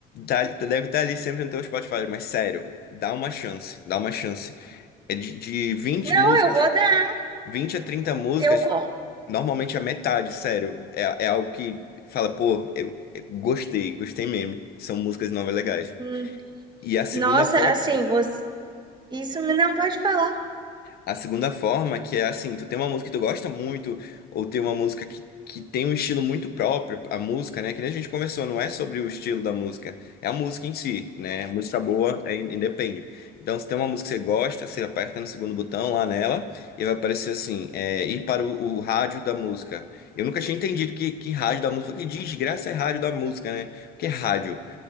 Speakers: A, on the left; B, on the right.
A: Tá- deve estar ali sempre no teu Spotify, mas sério, dá uma chance, dá uma chance. É de, de 20
B: Não,
A: músicas,
B: eu vou dar.
A: 20 a 30 músicas,
B: Eu com.
A: normalmente a metade, sério. É, é algo que fala, pô, eu, eu gostei, gostei mesmo. São músicas novas legais.
B: Hum,
A: E a segunda
B: Nossa,
A: forma.
B: assim, você... isso me- não pode falar.
A: A segunda forma, que é assim, tu tem uma música que tu gosta muito, ou tem uma música que, que tem um estilo muito próprio, a música, né? Que nem a gente conversou, não é sobre o estilo da música, é a música em si, né? Música boa é, in- independe. Então, se tem uma música que você gosta, você aperta no segundo botão lá nela, e vai aparecer assim, é, ir para o, o rádio da música. Eu nunca tinha entendido que, que rádio da música, que desgraça é rádio da música, né? O que é rádio?